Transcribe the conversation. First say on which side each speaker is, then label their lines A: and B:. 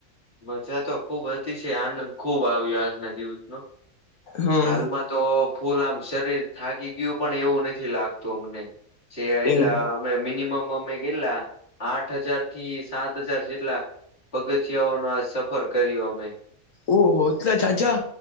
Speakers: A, on the left; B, on the left.
A: મજા તો ખુબ હતી છે આનંદ ખૂબ આવ્યો આજના દિવસનો.
B: હા
A: હાલમાં તો ફૂલ આમ શરીર થાકી ગયું પણ એવું નથી લાગતું અમને. છે એટલા.
B: એવું
A: મિનિમમ અમે કેટલા આઠ હજાર થી સાત હજાર જેટલા. પગથિયાઓનો આ સફર કર્યો અમે.
B: ઓહો એટલે ઝા ઝા